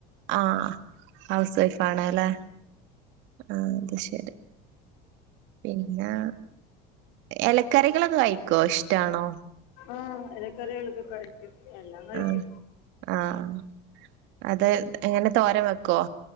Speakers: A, on the right; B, on the left.
A: ആഹ് ഹൗസ് വൈഫ് ആണല്ലേ ആ അത് ശരി. പിന്നെ ഇലക്കറികളൊക്കെ കഴിക്കുവോ ഇഷ്ടാണോ?
B: ആഹ് ഇലക്കറികളൊക്കെ കഴിക്കും എല്ലാം കഴിക്കും
A: ആഹ് ആഹ് അത് എങ്ങനെ തോരൻ വെക്കുവോ?